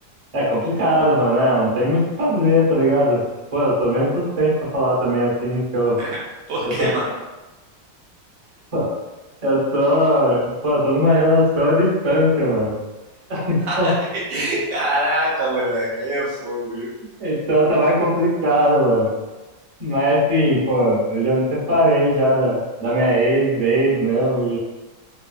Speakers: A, on the right; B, on the right.
A: É complicado, mano, é, não tem muito o que fazer, tá ligado? Pô, eu sou meio suspeito pra falar também assim, que eu,
B: <laughs> Por
A: eu
B: quê,
A: tô,
B: mano?
A: <laughs> eu tô, pô, eu tô numa relação à distância, mano. Então,
B: <laughs> Caraca, moleque, aí é fogo, viu?
A: então tá mais complicado, mano. Mas assim, pô, eu já me separei já da, da minha ex, ex mesmo,